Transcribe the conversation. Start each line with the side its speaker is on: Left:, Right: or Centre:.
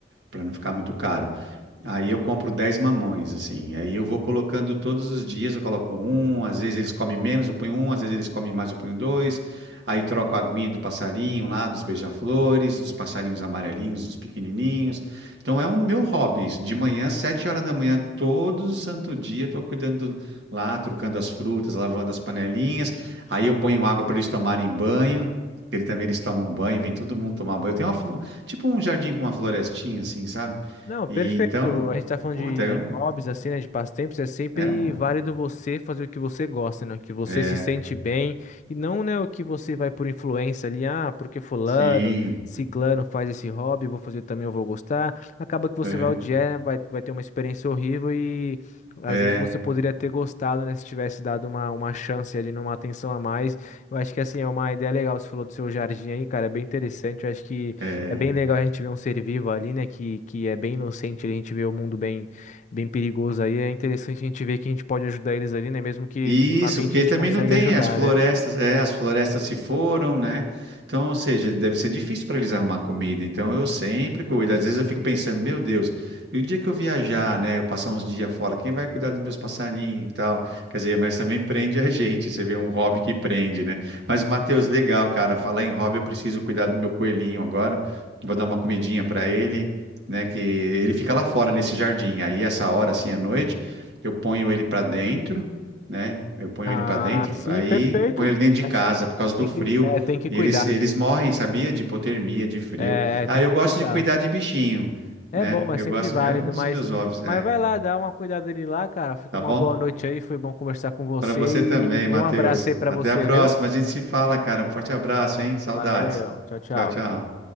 Right: Para não ficar muito caro. Aí eu compro 10 mamões, assim. Aí eu vou colocando todos os dias, eu coloco um, às vezes eles comem menos, eu ponho um, às vezes eles comem mais, eu ponho dois. Aí troco a aguinha do passarinho lá, dos beija-flores, dos passarinhos amarelinhos, dos pequenininhos. Então é um meu hobby. isso. De manhã, 7 horas da manhã, todo santo dia, eu tô cuidando lá, trocando as frutas, lavando as panelinhas. Aí
Left: Sim.
Right: eu ponho água para eles tomarem banho. Ele também eles tomam banho, vem todo mundo tomar banho. Eu tenho uma, flo- tipo um jardim com uma florestinha, assim, sabe?
Left: Não, perfeito.
Right: E então,
Left: A gente tá falando
Right: puta,
Left: de,
Right: é um,
Left: de hobbies, assim, né? De passatempos. É sempre
Right: é um,
Left: válido você fazer o que você gosta, né? O que você
Right: é,
Left: se sente bem. E não, né, o que você vai por influência ali. Ah, porque fulano,
Right: sim,
Left: ciclano faz esse hobby, eu vou fazer também, eu vou gostar. Acaba que você
Right: aham,
Left: vai odiar, né, vai, vai ter uma experiência horrível e às
Right: é,
Left: vezes você poderia ter gostado, né? Se tivesse dado uma, uma chance ali, numa atenção a mais. Eu acho que, assim, é uma ideia legal. Você falou do seu jardim aí, cara. É bem interessante. Eu acho que.
Right: é.
Left: É bem legal a gente ver um ser vivo ali, né, que, que é bem inocente, a gente vê o mundo bem, bem perigoso aí. É interessante a gente ver que a gente pode ajudar eles ali, né, mesmo que
Right: Isso,
Left: minimamente
Right: porque
Left: a gente
Right: também
Left: consegue
Right: não tem
Left: ajudar,
Right: as florestas,
Left: né?
Right: é, as florestas se foram, né? Então, ou seja, deve ser difícil para eles arrumar comida. Então, eu sempre cuido. Às vezes eu fico pensando, meu Deus, e o dia que eu viajar, né, eu passar uns dias fora, quem vai cuidar dos meus passarinhos e tal? Quer dizer, mas também prende a gente. Você vê um hobby que prende, né? Mas, Matheus, legal, cara. Falar em hobby, eu preciso cuidar do meu coelhinho agora. Vou dar uma comidinha para ele, né? Que ele fica lá fora nesse jardim. Aí, essa hora, assim, à noite, eu ponho ele para dentro né? Eu ponho
Left: Ah,
Right: ele para dentro,
Left: sim,
Right: aí
Left: perfeito.
Right: ponho ele dentro de
Left: Acho
Right: casa
Left: que
Right: por causa
Left: tem
Right: do frio.
Left: que, é, tem que
Right: E
Left: cuidar,
Right: eles, eles
Left: né?
Right: morrem, sabia? De hipotermia, de frio.
Left: É,
Right: Ah,
Left: tem
Right: eu
Left: que
Right: gosto
Left: cuidar.
Right: de cuidar de bichinho,
Left: É
Right: né?
Left: bom,
Right: Eu
Left: é sempre
Right: gosto,
Left: válido,
Right: é um dos
Left: mas,
Right: meus hobbies,
Left: mas
Right: é.
Left: vai lá, dá uma cuidada dele lá, cara. Fica
Right: Tá
Left: uma
Right: bom?
Left: boa noite aí, foi bom conversar com você
Right: Para você
Left: e,
Right: também, Matheus.
Left: e um abraço aí pra
Right: Até
Left: você,
Right: a próxima.
Left: viu?
Right: A gente se fala, cara. Um forte abraço, hein? Saudades.
Left: Valeu, tchau, tchau.
Right: Tchau, tchau.